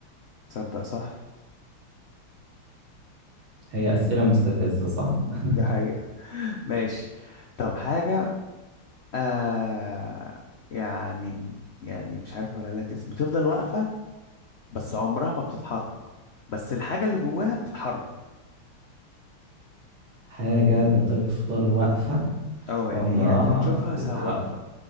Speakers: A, on the left (about 70°); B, on the right (about 65°).
A: تصدق صح
B: هي أسئلة مستفزة صح؟ <laughs>
A: دي حقيقة ماشي طب حاجة آه يعني يعني مش عارف اقولها لك إز- بتفضل واقفة بس عمرها ما بتتحرك بس الحاجة اللي جواها بتتحرك
B: حاجة بتفضل واقفة
A: اه يعني
B: عمرها
A: هي انت هتشوفها
B: ما بتتحرك
A: سا- واقفة